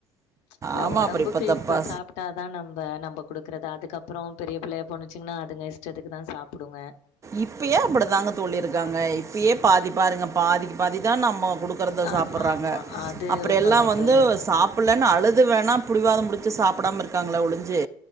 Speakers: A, on the left; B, on the right.
A: இல்ல
B: ஆமாம்
A: ஒடம்புக்கு
B: அப்படி இப்போ தப்பா
A: இப்ப சாப்ட்டாதான் நம்ப நம்ப கொடுக்குறது அதுக்கப்புறொ பெரிய பிள்ளையா போன்னுச்சுங்கன்னா அதுங்க இஷ்டத்துக்கு தான் சாப்புடுங்க
B: இப்பயே அப்டித்தாங்க தோழி இருக்காங்க இப்பயே பாதி பாருங்க பாதிக்கு பாதிதான் நம்பொ கொடுக்கறத சாப்டுறாங்க
A: ஆமா, ஆமா. அது
B: அப்புற
A: உண்மதான்
B: எல்லாம் வந்து
A: தோழி.
B: சாப்பல னு அழுது வேணா புடிவாத முடிச்சு சாப்பிடாம இருக்காங்கள ஒழு ஞ்சு